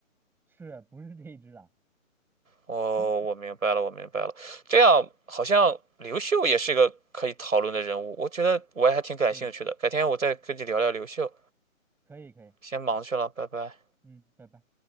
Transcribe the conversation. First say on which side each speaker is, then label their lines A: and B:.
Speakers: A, in the centre; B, on the right.
A: 是不是这一只了？
B: 哦，
A: 都
B: 我明白了，我明白了。这样好像刘秀也是一个可以讨论的人物，我觉得我也还挺感兴趣的。
A: 是
B: 改天我再跟你聊聊刘秀，
A: 可以可以，
B: 先忙去了，拜拜。
A: 嗯，拜拜。